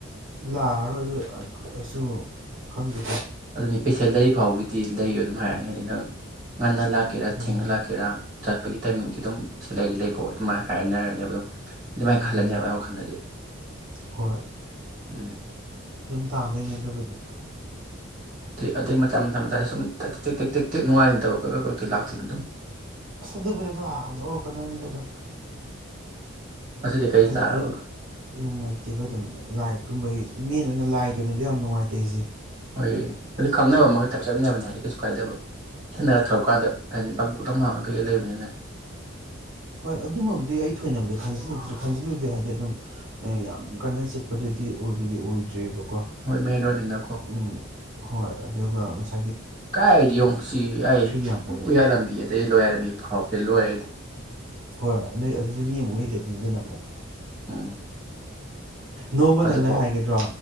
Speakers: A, on the right (about 70°); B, on the right (about 35°).
A: ꯂꯥꯛꯑꯔꯣꯏ ꯑꯗꯨ ꯨ ꯈꯪꯗꯦ
B: ꯑꯗꯨꯅꯤ ꯄꯦꯁꯦꯟ ꯂꯩꯔꯤ ꯐꯥꯎꯕꯒꯤꯗꯤ ꯂꯩ ꯑꯗꯨꯝ ꯍꯥꯏꯔꯅꯤ ꯍꯥꯏꯗꯤ ꯅꯪ ꯉꯟꯅ ꯂ ꯂꯥꯛ ꯀꯦꯔꯥ
A: ꯎꯝ
B: ꯊꯦꯡ ꯂꯥꯛ ꯀꯦꯔꯥ ꯆꯠꯄꯒꯤ ꯇꯥꯏꯃꯤꯡꯗꯤ ꯑꯗꯨꯝ ꯁꯤꯂꯗꯤ ꯂꯩꯕꯣ ꯑꯗꯨꯃꯥꯏꯅ ꯍꯥꯏꯅꯔꯅꯦꯕ ꯑꯗꯨꯝ ꯑꯗꯨꯃꯥꯏꯅ
A: ꯎꯝ
B: ꯈꯜꯂꯅꯤ ꯃꯥꯏ ꯋꯥꯈꯜꯗꯗꯤ
A: ꯍꯣꯏ
B: ꯑꯗꯨꯅꯤ
A: ꯇꯥꯗ ꯌꯦꯖꯕꯗꯤ
B: ꯑꯗꯨꯗꯩ ꯃꯆꯥ ꯃꯆꯥ ꯃꯆꯥꯦ ꯁꯨꯝ ꯇꯦꯛ ꯇꯦꯛ ꯅꯨꯡꯉꯥꯏꯅꯗꯕ ꯀ ꯀ ꯀꯛꯆꯦ ꯂꯥꯛꯇꯣꯏꯅꯤ ꯑꯗꯨꯝ
A: ꯑꯁ ꯑꯗꯨꯕꯤꯔ ꯂꯥꯛꯗꯄꯅꯤꯗ ꯑꯗꯨ
B: ꯉꯁꯤꯗꯤ ꯀꯔꯤ
A: ꯍꯟꯗꯛꯄꯗꯨ
B: ꯆꯥꯔꯕ
A: ꯅꯨꯡꯉꯥꯏꯇꯦꯕ ꯑꯗꯨꯝ ꯂꯥꯏꯛꯀꯨꯝꯕꯒꯤꯦꯟ ꯑ ꯂꯥꯏꯗꯣꯏꯅꯤꯗꯤ ꯌꯥꯝ ꯅꯨꯡꯉꯥꯏꯇꯦ ꯑꯩꯁꯦ
B: ꯍꯣꯏ ꯑꯗꯨ ꯈꯪꯅꯕ ꯑꯃꯒꯞ ꯆꯠꯃꯤꯟꯅꯕꯅꯤ ꯍꯥꯏꯗꯤ ꯀꯩꯁꯨ ꯀꯥꯏꯗꯕ ꯏꯊꯟꯅꯔ ꯊꯧꯔꯀꯥꯟꯗ ꯂꯕꯨꯛ ꯂꯝꯍꯥꯡꯉ ꯀꯩꯀ ꯂꯩꯕꯅꯤꯅꯦ
A: ꯍꯣꯏ ꯑꯗꯨꯃꯕꯨꯗꯤ ꯑꯩ ꯊꯣꯏꯅꯕꯨꯗꯤ꯭ꯔ ꯈꯟꯖꯤꯜꯂꯨꯗ꯭ꯔꯦ ꯍꯥꯏꯗꯤ ꯑꯗꯨꯝ ꯌꯥꯝ ꯀꯟꯅ ꯆꯤꯄꯗꯨꯗꯤ ꯑꯣꯏꯕꯗꯤ ꯑꯣꯏꯗ꯭ꯔꯦꯕꯀꯣ
B: ꯍꯣꯏ ꯃꯦꯟ ꯔꯣꯗꯅꯤꯅꯀꯣ
A: ꯎꯝ ꯍꯣꯏ ꯑꯗꯨꯒ ꯉꯁꯥꯏ
B: ꯀꯥꯏꯗꯤ ꯌꯦꯡꯉ ꯁꯤ ꯑꯩ
A: ꯌꯥꯝ ꯑꯣꯏꯗꯦ
B: ꯎꯌꯥꯜꯂꯝꯕꯤ ꯑꯗꯩ ꯂꯣꯌꯥꯂꯝꯕꯤ ꯐꯥꯎꯕ ꯐꯂ ꯑꯣꯏꯔ ꯍꯥꯏꯗꯤ
A: ꯍꯣꯏ ꯍꯣꯏ ꯅꯣꯏ ꯑꯗꯨꯗꯤ ꯃꯤ ꯑꯃꯨꯛ ꯂꯩꯇꯦꯗꯅꯤ ꯑꯗꯨꯅ ꯑꯃꯨꯛ
B: ꯎꯝ
A: ꯅꯣꯡꯃ
B: ꯑꯗꯨꯐꯥꯎ
A: ꯅꯪꯅ ꯍꯥꯏꯒꯗ꯭ꯔꯣ